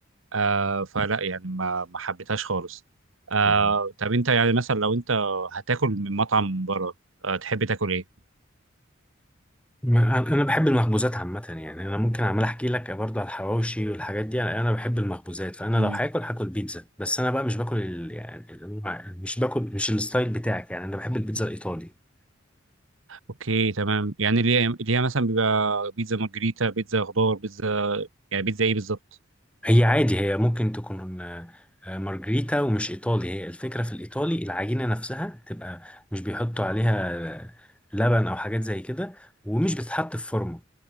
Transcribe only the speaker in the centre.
مم.
ما- انا بحب المخبوزات عامة يعني انا ممكن عمال احكي لك برضو على الحواوشي والحاجات دي انا أنا بحب المخبوزات فانا
لو هاكل هاكل بيتزا بس انا بقى مش باكل ال... يعني الأنواع- مش باكل مش الستايل بتاعك يعني انا بحب البيتزا الايطالي
هي عادي هي ممكن تكون آه، آه، مارجريتا ومش ايطالي هي الفكره في الايطالي العجينه نفسها تبقى مش بيحطوا عليها آه، لبن او حاجات زي كده ومش بتتحط في فرن